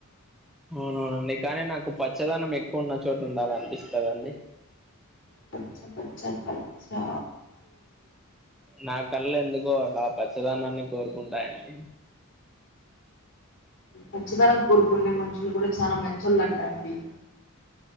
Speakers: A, in the centre; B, on the left (about 60°).
A: అవునవునండి కానీ నాకు పచ్చదనం ఎక్కువ ఉన్న చోటు ఉండాల అనిపిస్తదండి
B: పచ్చ పచ్చ పచ్చా
A: నా కళ్ ఎందుకు కో ఆ పచ్చదనాన్ని కోరుకుంటాయండి
B: పచ్చదనం కోరుకునే మనుషులు కూడా చాలా మంచొళ్ళు అంట అండి